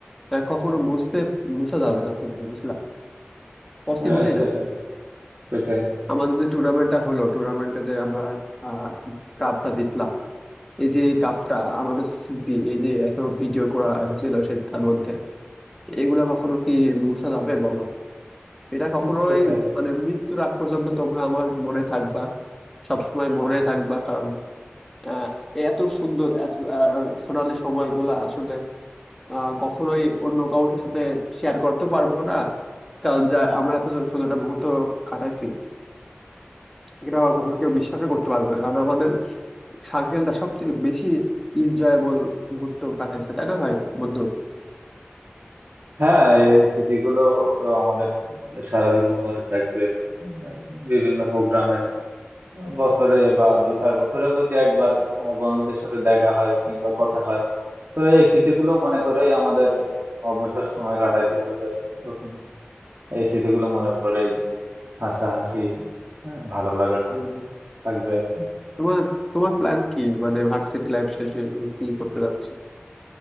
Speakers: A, in the centre; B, on the right (about 60°).
A: আহ, কখনো মুছতে মুছা যাবে না বন্ধু বুঝলা পসিবলই
B: হ্যাঁ, সেটাই
A: না
B: সেটাই
A: আমাদের যে টুর্নামেন্টটা হলো টুর্নামেন্টে যে আমরা আহ কাপটা জিতলাম এই যে এই কাপটা আমাদের স্মৃতি এই যে এত ভিডিও করা হয়েছিল সে তার মধ্যে এগুলা কখনো কি মুছা যাবে বলো এটা কখনোই
B: হুম, সেটাই
A: মানে মৃত্যুর আগ পর্যন্ত তোমরা আমার মনে থাকবা সবসময় মনে থাকবা কারণ আহ, এত সুন্দর এত আর সোনালি সময়গুলা আসলে আহ, কখনোই অন্য কারোর সাথে শেয়ার করতে পারবো না কারণ যা আমরা এত সুন্দর একটা মুহূর্ত কাটাইছি এটা কখনো কেউ বিশ্বাসও করতে পারবো না কারণ আমাদের সার্কেলটা সব থেকে বেশি এনজয়েবল মুহূর্ত কাটাইছে তাই না ভাই বন্ধু
B: হ্যাঁ এই স্মৃতিগুলো তো আমাদের সারা জীবন মনে থাকবে এই বিভিন্ন প্রোগ্রামে বছরে বা দু চার বছরেও যদি একবার আহ, বন্ধুদের সাথে দেখা হয় কিংবা কথা হয় তো এই স্মৃতিগুলো মনে করেই আমাদের অবসর সময় কাটাইতে হবে আর কি তখন এই স্মৃতিগুলো মনে করেই হাসাহাসি আহ, ভালো লাগাটা
A: উম,
B: থাকবে আর কি
A: তোমার তোমার প্ল্যান কি মানে ভার্সিটি লাইফ শেষ হয়ে তুমি কি করতে যাচ্ছ